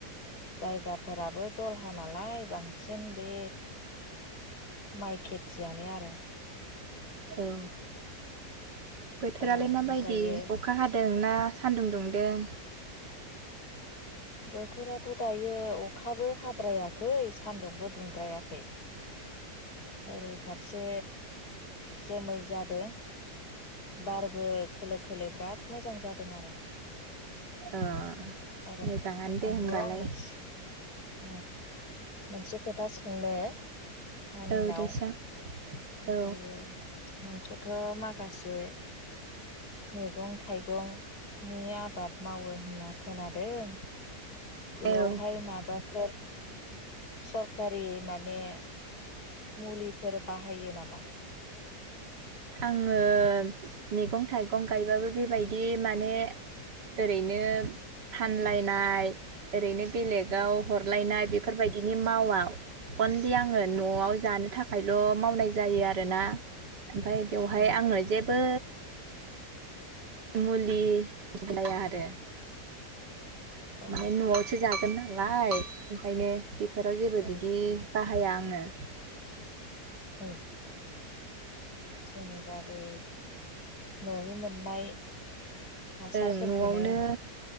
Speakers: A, on the left (about 65°); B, on the right (about 75°).
A: जायगाफोराबो दलहा नालाय बांसिन बे माइ खेथियानो आरो
B: औ बोथोरालाय
A: र'
B: माबायदि
A: ओमफ्रायो
B: अखा हादों ना सानदुं दुंदों?
A: बोथोराथ' दायो अखाबो हाद्रायाखै सानदुंबो दुंद्रायाखै। ओरै फारसे जोमै जादों बारबो खोलो खोलो बिराद मोजां जादों आरो
B: अ
A: आरो
B: मोजाङानो दे
A: ओमफ्राय
B: होमबालाय
A: आं मोनसे औ मोनसे खोथा सोंनो नानिनाव
B: औ दे सों
A: ओमफ्रायो
B: औ
A: नोंखौथ' माखासे मेगं थाइगं नि आबाद मावो होन्ना खोनादों बेयावहाय
B: औ
A: माबाफोर सरखारि माने मुलिफोर बाहायो नामा?
B: आङो मेगं थाइगं गायबाबो बेबायदि माने ओरैनो फानलायनाय ओरैनो बेलेगाव हरलायनाय बेफोरबायदिनि मावा अनलि आङो न'आव जानो थाखायल' मावनाय जायो आरोना ओमफाय बेवहाय
A: अ
B: आंङो जेबो मुलि जाया आरो
A: औ
B: माने न'आवसो जागोन नालाय ओंखायनो बे बेफोराव जेबो
A: औ
B: बिदि बाहाया आङो।
A: ओ जेनेबा बे न'नि मोननाय हासारफोरखौनो
B: ओं न'आवनो